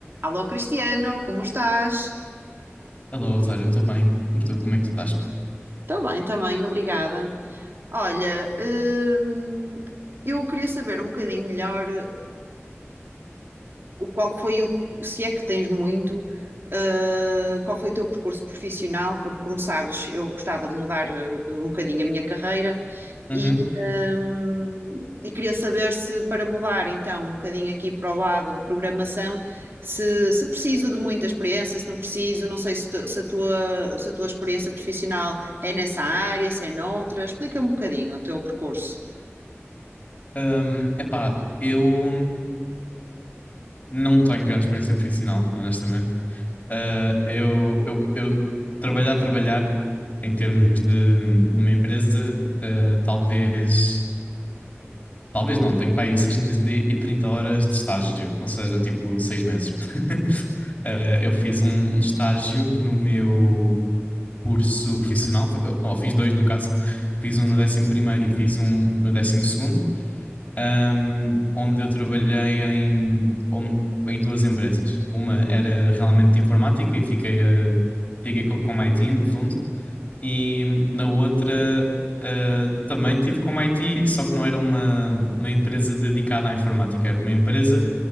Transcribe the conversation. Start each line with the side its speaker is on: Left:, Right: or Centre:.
Right: Alô Cristiano, como estás?
Left: Hello, Rosário, eu estou bem. E tu, como é que tu estás?
Right: Estou bem também, obrigada. Olha, hum, eu queria saber um bocadinho melhor. o qual foi o, se é que tens muito, uh, qual foi o teu percurso profissional, porque como sabes, eu gostava de mudar uh, um bocadinho a minha carreira
Left: Uhum.
Right: e, um, e queria saber se para mudar então um bocadinho aqui para o lado de programação, se, se preciso de muita experiência, se não preciso, não sei se, tu- se a tua, se a tua experiência profissional é nessa área, se é noutra, explica um bocadinho o teu percurso.
Left: Um, epá, eu não tenho grande experiência profissional, honestamente. Uh, eu, eu, eu trabalhar, trabalhar em termos de numa empresa, uh, talvez. Talvez não, tenho para aí 630 horas de estágio, ou seja, tipo seis meses. <laughs> Eh, eu fiz um, um estágio no meu curso profissional, fi- ou fiz dois no caso, fiz um no décimo primeiro e fiz um no décimo segundo, ahm, onde eu trabalhei em, on- em duas empresas. Uma era realmente de informática e fiquei, a- fiquei com, com IT no fundo, e na outra ah, também tive como IT, só que não era uma, uma empresa dedicada à informática, era uma empresa